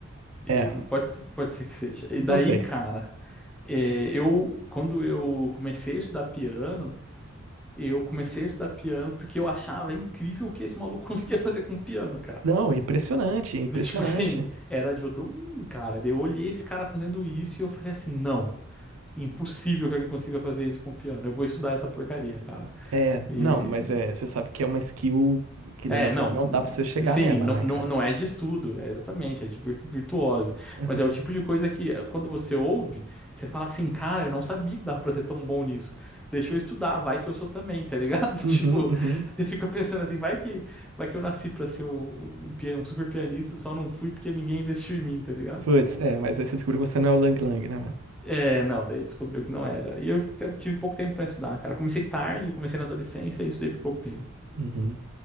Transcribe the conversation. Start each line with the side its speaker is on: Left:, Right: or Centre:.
Centre: e
Right: É,
Centre: pode, se- pode ser que seja. E daí,
Right: não sei.
Centre: cara, é, eu. Quando eu comecei a estudar piano, eu comecei a estudar piano porque eu achava incrível o que esse maluco <laughs> conseguia fazer com o piano, cara.
Right: Não, é impressionante, é impressionante.
Centre: Do tipo assim, era de outro mundo, cara. Daí Eu olhei esse cara fazendo isso e eu falei assim: não, impossível que alguém consiga fazer isso com o piano. Eu vou estudar essa porcaria, cara.
Right: É,
Centre: E
Right: não, mas é, você sabe que é uma skill que não
Centre: É,
Right: dá pra,
Centre: não,
Right: não
Centre: hum,
Right: dá pra você chegar
Centre: sim,
Right: nela,
Centre: não,
Right: né,
Centre: não,
Right: cara?
Centre: não é de estudo, é exatamente, é de virtu- virtuose,
Right: Aham.
Centre: mas é o tipo de coisa que eh, quando você ouve, você fala assim, cara, eu não sabia que dava pra ser tão bom nisso, deixa eu estudar, vai que eu sou também, tá ligado? <laughs>
Right: Uhum,
Centre: Tipo,
Right: uhum.
Centre: você fica pensando assim, vai que, vai que eu nasci pra ser o- um, pia- um super pianista, só não fui porque ninguém investiu em mim, tá ligado?
Right: Putz, é, mas aí você descobriu que você não é o Lang Lang, né, mano?
Centre: É, não, daí descobriu que não era, e eu fica- tive pouco tempo pra estudar, cara, comecei tarde, comecei na adolescência e estudei por pouco tempo.
Right: Uhum.